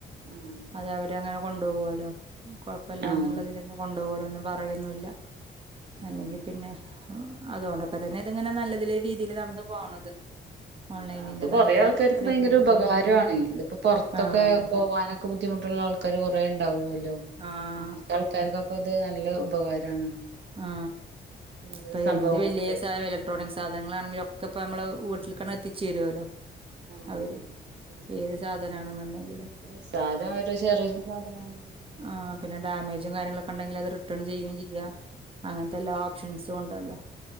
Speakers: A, on the right (about 60°); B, on the right (about 25°).
A: ആഹ്
B: അതെ അവര് അങ്ങനെ കൊണ്ടുപോകുവല്ലോ കുഴപ്പല്ലാന്നുള്ളതിൽ
A: ആഹ്
B: തന്നെ കൊണ്ടോവോലൊന്നും പറയൊന്നുല്ല അല്ലെങ്കിൽ
A: ആഹ്
B: പിന്നെ അതുകൊണ്ടൊക്കെ തന്നെ ഇതിങ്ങനെ നല്ലരീതിയിൽ നടന്നു പോണത് ഓൺലൈനിന്റെ
A: അതാ അത് കൊറേ
B: നല്ല
A: ആൾക്കാർക്ക്
B: അടിപൊളിയായിട്ട്
A: ഭയങ്കര ഉപകാരാണ്
B: പോണുണ്ടല്ലോ
A: ഇതിപ്പോ പൊറത്തൊക്കെ
B: ആഹ്
A: പോവാനൊ ക്കെ ബുദ്ധിമുട്ടുള്ള ആൾക്കാർ കൊറേ ഉണ്ടാവുല്ലോ
B: ആഹ്
A: അങ്ങൻത്തെ ആൾക്കാർക്കൊക്കെ ത് നല്ല ഉപകാരാണ്
B: ആ
A: ഇങ്ങനത്തെ
B: ഇപ്പൊ
A: സംഭവങ്ങളൊക്കെ
B: എന്ത് വലിയ സം വില ഇക്ട്രോണിക് സാധനങ്ങളാണെങ്കിലൊക്കെ ഇപ്പോ നമ്മളെ വീട്ടിക്കൽ എത്തിച്ചു തരുല്ലോ
A: ആ
B: അവര്
A: പിന്നെ
B: ഏത് സാധനാണെന്നുണ്ടെങ്കിലും
A: നിസ്സാരം ഒരു ചെറിയ സാധനാണെങ്കിലും നമുക്ക്
B: ആ
A: കൊടുന്നിട്ടുണ്ട്
B: പിന്നെ ഡാമേജും കാര്യങ്ങളൊക്കെ ഉണ്ടെങ്കിൽ അത് റിട്ടേൺ ചെയ്യുകയും ചെയ്യാ അങ്ങൻത്തെ
A: ഉം
B: എല്ലാ ഓപ്ഷൻസും ഉണ്ടല്ലോ